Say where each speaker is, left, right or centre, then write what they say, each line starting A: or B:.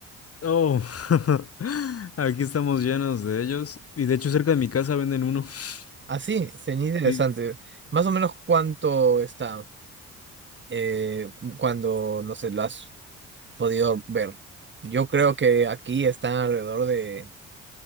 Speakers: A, on the left; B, on the right.
A: Oh, <laughs> aquí estamos llenos de ellos y de hecho cerca de mi casa venden uno. <laughs>
B: Así, sería interesante.
A: Sí,
B: Más o menos cuánto está eh, cuando, no sé, lo has podido ver. Yo creo que aquí están alrededor de